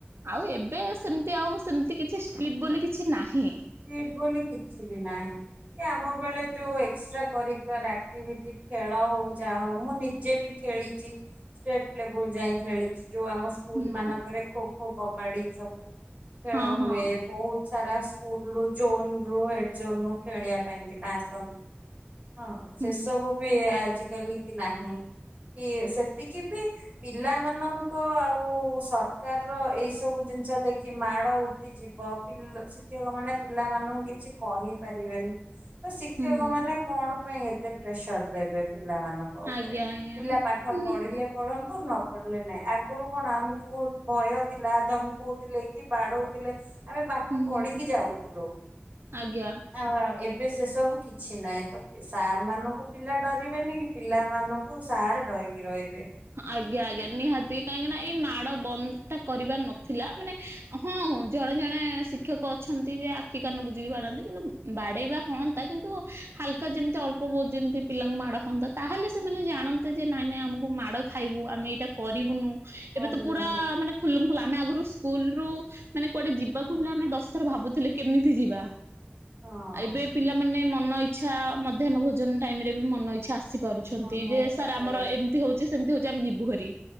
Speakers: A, on the right; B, on the right.
A: ଆଉ ଏବେ ସେମିତି ଆଉ ସେମିତି କିଛିି ଷ୍ଟିଟ ବୋଲି କିଛି ନାହିଁ।
B: ଷ୍ଟିଟ ବୋଲି କିଛି ବି ନାହିଁ। କି ଆମ ବେଳେ ଯୋଉ ଏକ୍ସଟ୍ରା କରିକୁଲାର ଆକ୍ଟିଭିଟି ଖେଳ ହଉ ଯାହା ହଉ ମୁଁ ନିଜେ ବି ଖେଳିଚି ଷ୍ଟେଟ ଲେବୁଲ ଯାଇଁ ଖେଳିଚି ଯୋଉ ଆମ ସ ସ୍କୁଲ
A: ହୁଁ
B: ମାନଙ୍କରେ ଖୋ ଖୋ କବାଡି ସବୁ ଖେଳ
A: ହଁ
B: ହୁଏ
A: ହଁ
B: ବହୁତ ସାରା ଶୁ ସ୍କୁଲ ରୁ ଜୋନ ରୁ ହେଡ ଜୋନ ରୁ ଖେଳିବା ପାଇଁକିନା ଆସନ୍ତି। ହଁ ସେ
A: ହୁଁ
B: ସବୁ ବି ଆଜିକାଲି କି ନାହିଁ କି ସେତିକି ବି ପିଲାମାନଙ୍କ ଆଉ ସରକାରର ଏଇ ସବୁ ଜିନିଷ ଦେଖି ମାଡ ଉ ଯିବ <unintelligible> ଶିକ୍ଷକ ମାନେ ପିଲା ମାନଙ୍କୁ କିଛି କହି ପାରିବେନି ତ ଶିକ୍ଷକ
A: ହୁଁ।
B: ମାନେ କଣ ପାଇଁ ଏତେ ପ୍ରେସର ଦେବେ ପିଲାମାନଙ୍କ ଉପରେ
A: ଆଜ୍ଞା ଆଜ୍ଞା
B: ପିଲା ପାଠ
A: ଉଁ
B: ପଢିଲେ ପଢ଼ନ୍ତୁ ନ ପଢ଼ିଲେ ନାଇ ଆଗରୁ କଣ ଆମକୁ ବହୁତ୍ ଭୟ ଥିଲା ଧମକଉଥିଲେ କି ବାଡ଼ଉଥିଲେ। ଆମେ ପାଠ
A: ହୁଁ
B: ପଢିକି ଯାଉଥୁଲୁ।
A: ଆଜ୍ଞା।
B: ଆଉ ଆଉ ଏବେ ସେ ସବୁ କିଛି ନାହିଁ ତ ସାର୍ ମାନଙ୍କୁ ପିଲା ଡରିବେନି କି ପିଲାମାନଙ୍କୁ କୁ ସାରେ ଡରକି ରହିବେ।
A: ଆଜ୍ଞା ଆଜ୍ଞା
B: ହଁ
A: ନିହାତି କାହିଁକି ନା ଏଇ ମାଡ ବନ୍ଦ ଟା କରିବାର ନଥିଲା ମାନେ ହଁ ଜଣେ ଜଣେ ଶିକ୍ଷକ ଅଛନ୍ତି ଯେ ଆ ଆଖି କାନ ବୁଯିକି ବାଡନ୍ତି କିନ୍ତୁ ବାଡେଇବା ହଅନ୍ତା କିନ୍ତୁ ହାଲକା ଯେମିତି ଅଳ୍ପ ବହୁତ ଯେମିତି ପିଲାଙ୍କୁ ମାଡ ହନ୍ତା ତାହେଲେ ସେମାନେ ଜାଣନ୍ତେ ଯେ ନାଇଁ ନାଇଁ ଆମକୁ ମାଡ ଖାଇବୁ ଆମେ ଏଇଟା କରିବୁନୁ
B: କରିବୁନୁ
A: ଏବେ ତ ପୁରା ମାନେ ଖୂଲମ ଖୁଲା ଆମେ ଆଗରୁ ସ୍କୁଲ ରୁ ମାନେ କୁଆଡେ ଯିବାକୁ ହେଲେ ଆମେ ଦଶଥର ଭାବୁଥିଲେ କେମିତି ଯିବା।
B: ହଁ
A: ଏବେ ପିଲାମାନେ ମନ ଇଛା ମଧ୍ୟାହ୍ନ ଭୋଜନ ଟାଇମ ରେ ବି ମନ ଇଚ୍ଛା ଆସି କରୁଛନ୍ତି
B: ମନ
A: ଯେ
B: ଇଚ୍ଛା
A: ସାର୍
B: ପଳେଇ
A: ଆମର ଏମିତି ହଉଛି ସେମିତି ହଉଛି ଆମେ ଯିବୁ ହାରୀ।